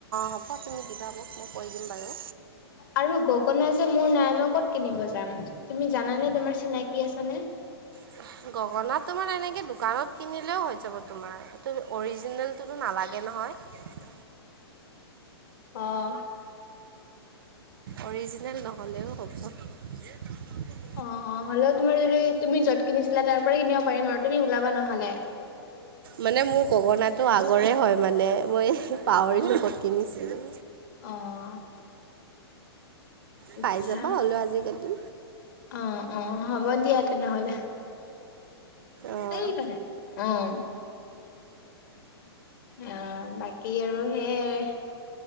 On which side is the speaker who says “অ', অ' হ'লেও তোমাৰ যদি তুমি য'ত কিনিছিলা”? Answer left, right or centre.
Left